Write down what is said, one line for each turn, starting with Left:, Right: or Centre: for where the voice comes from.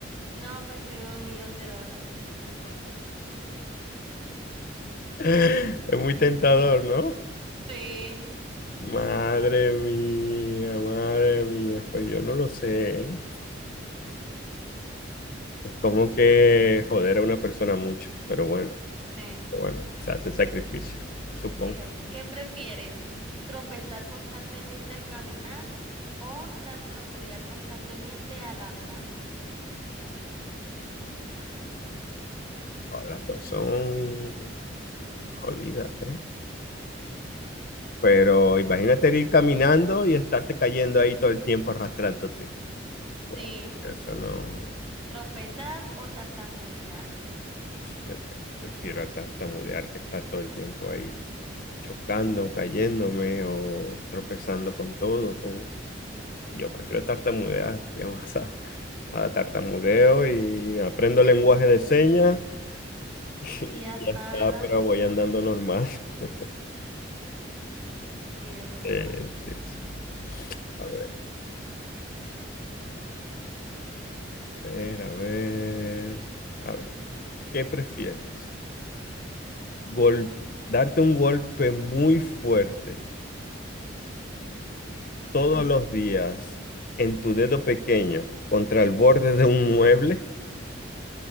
Right: No, pues sí, un millón de dólares. <laughs>
Left: <laughs> Es muy tentador, ¿no?
Right: Sí.
Left: Madre mía, madre mía, pues yo no lo sé, ¿eh? Es como que joder a una persona mucho, pero bueno,
Right: Sí.
Left: pero bueno, se hacen sacrificios, supongo.
Right: sí. o- ¿Qué prefieres? ¿Tropezar constantemente al caminar o tartamudear constantemente al hablar?
Left: Oh, Las dos son jodidas, ¿eh? Pero imagínate ir caminando y estarte cayendo ahí todo el tiempo arrastrándote. Fua,
Right: Sí.
Left: Eso no.
Right: Tropezar o tartamudear.
Left: Yo creo que prefiero tartamudear que estar todo el tiempo ahí chocando, cayéndome o tropezando con todo. Con... Yo prefiero tartamudear, que vamos <laughs> a, a tartamudeo y aprendo lenguaje de señas <laughs> y
Right: Y ya está,
Left: ya está,
Right: ¿verdad?
Left: pero voy andando normal. <laughs>
Right: Sí, es verdad.
Left: Eh, sí, sí. A ver, a ver, a ver. A ver, ¿qué prefieres? Gol- darte un golpe muy fuerte
Right: Ok.
Left: todos los días en tu dedo pequeño contra el borde de un mueble,